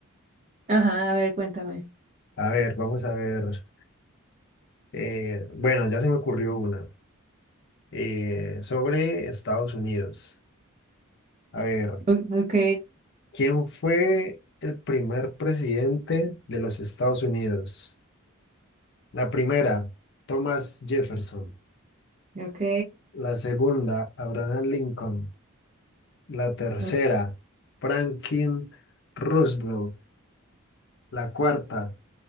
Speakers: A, on the right (about 35°); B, on the left (about 50°).
A: Ajá, a ver, cuéntame.
B: a ver, vamos a ver. Eh, bueno, ya se me ocurrió una eh, sobre Estados Unidos. A ver,
A: O- Ok,
B: ¿quién fue el primer presidente de los Estados Unidos? La primera, Thomas Jefferson.
A: ok.
B: La segunda, Abraham Lincoln. La tercera,
A: o-
B: Franklin Roosevelt. La cuarta,